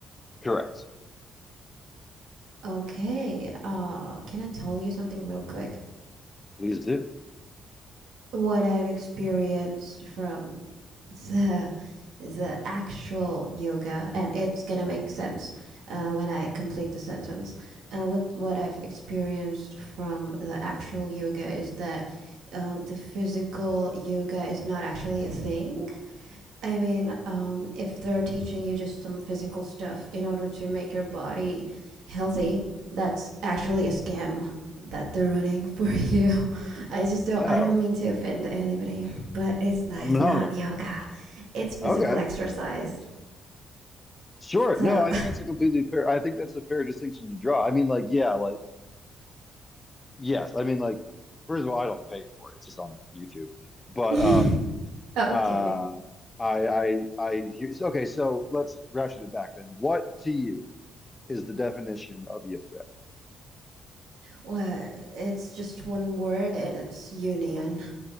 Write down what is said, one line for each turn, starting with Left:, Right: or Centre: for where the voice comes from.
Left: correct.
Right: Okay. Uh, can I tell you something real quick?
Left: Please do.
Right: what I've experienced from the the actual yoga, and it's gonna make sense uh, when I complete the sentence. Uh, what what I've experienced from the actual yoga is that uh, the physical yoga is not actually a thing. I mean, um, if they're teaching you just some physical stuff in order to make your body healthy, that's actually a scam that they're running <laughs> for you. I just don't
Left: No,
Right: I don't mean to offend anybody, but it's like
Left: I'm no.
Right: not yoga. It's physical
Left: Okay.
Right: exercise.
Left: Sure.
Right: So
Left: No, I think that's a completely fair. I think that's a fair distinction to draw. I mean, like, yeah, like, yes. I mean, like, first of all, I don't pay for it. It's just on YouTube. But
Right: <laughs>
Left: um
Right: okay.
Left: uh I I I hear so- okay, so let's ratchet it back then. What to you is the definition of yoga?
Right: Well, it's just one word and it's union.